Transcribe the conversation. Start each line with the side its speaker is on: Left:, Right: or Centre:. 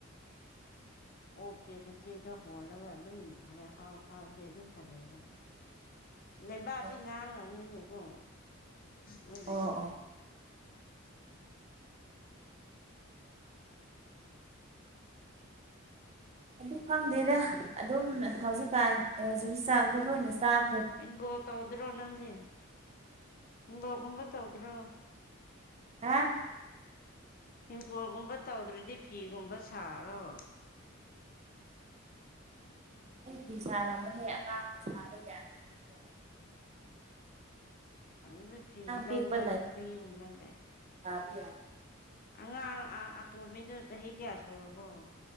Right: <inaudible> <inaudible>
Left: ꯑꯣꯛꯀꯦ ꯃꯊꯦꯗ ꯍꯣꯜꯂꯒ ꯑꯗꯨꯝ ꯐꯔꯦ ꯍꯥꯎ ꯍꯥꯎꯕꯗꯤ ꯑꯗꯨꯝ ꯐꯖꯩꯕ
Right: <inaudible>
Left: ꯂꯩꯕꯥꯛꯇꯤ
Right: ꯑꯣ
Left: ꯉꯥꯡꯅ ꯑꯃꯅꯤꯅꯦꯀꯣ ꯅꯣꯏꯒꯤꯗꯣ
Right: ꯑꯣ ꯑꯣ ꯑꯗꯨ ꯈꯪꯗꯦꯗ ꯑꯗꯨꯝ ꯍꯧꯖꯤꯛꯀꯥꯟ ꯖꯨꯕꯤ ꯆꯥꯛꯗꯣ ꯂꯣꯏꯅ ꯆꯥꯛ
Left: ꯍꯤꯡꯒꯣꯜ ꯇꯧꯗ꯭ꯔꯣ ꯅꯪꯗꯤ ꯍꯤꯡꯒꯣꯜꯒꯨꯝꯕ ꯇꯧꯗ꯭ꯔꯣ
Right: ꯑ
Left: ꯍꯪꯒꯣꯜꯒꯨꯝꯕ ꯇꯧꯗ꯭ꯔꯗꯤ ꯐꯤꯒꯨꯝꯕ ꯁꯥꯔꯣ
Right: ꯐ ꯁꯥꯔ ꯑꯃꯅꯦ ꯑꯉꯥꯡꯅ ꯁꯥꯕ ꯌꯥꯗꯀꯣ
Left: ꯑ ꯐꯤ ꯂꯎꯕ
Right: ꯄꯤꯛꯄ
Left: ꯐꯤꯒꯨꯝꯕ ꯂꯩꯦ
Right: ꯌꯥꯦ
Left: ꯑꯉꯥꯡ ꯑꯇꯣꯝꯕꯤꯗꯨ ꯆꯍꯤ ꯀꯌꯥ ꯁꯨꯔꯕꯣ